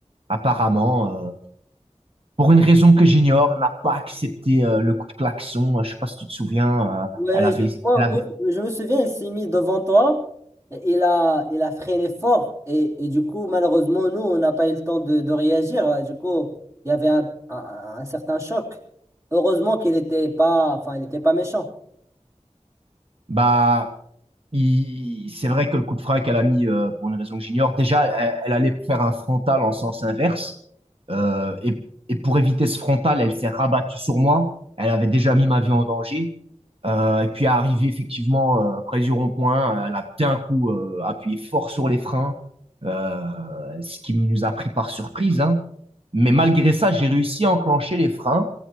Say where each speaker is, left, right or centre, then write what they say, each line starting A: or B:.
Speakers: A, on the right (about 50°); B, on the right (about 25°).
A: apparemment, euh, pour une raison que j'ignore, n'a pas accepté euh, le coup de klaxon. Je sais pas si tu te souviens, euh,
B: Ouais,
A: elle avait,
B: je, moi,
A: elle
B: moi,
A: avait,
B: je me souviens, il s'est mis devant toi, et il a, il a freiné fort, et, et du coup, malheureusement, nous, on n'a pas eu le temps de, de réagir. Du coup, il y avait un, un- un certain choc. Heureusement qu'il n'était pas, enfin, il n'était pas méchant.
A: bah, il- c'est vrai que le coup de frein qu'elle a mis, euh, pour une raison que j'ignore, déjà, elle, elle allait faire un frontal en sens inverse. Euh, et, et pour éviter ce frontal, elle s'est rabattue sur moi. Elle avait déjà mis ma vie en danger. Euh, et puis, arrivée effectivement euh, près du rond-point, elle a d'un coup euh, appuyé fort sur les freins, euh, ce qui nous a pris par surprise, hein. Mais malgré ça, j'ai réussi à enclencher les freins